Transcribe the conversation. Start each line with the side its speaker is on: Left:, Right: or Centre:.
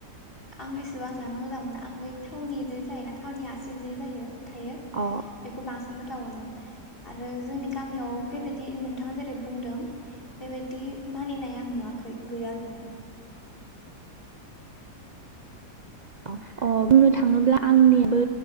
Left: आं एसेबां जानो मोजां मोना आं बे थावनि जे थायोना थावनि आसि जे जायो थायो
Right: अ
Left: बेखौ बांसिन गोथाव मोनो आरो जोंनि गामियाव बेबायदि दि नोंथाङा जेरै बुंदों बेबायदि मानिनाय आं नुवाखै गैया माने।
Right: अ अ बुंनो थाङोब्ला आंनिबो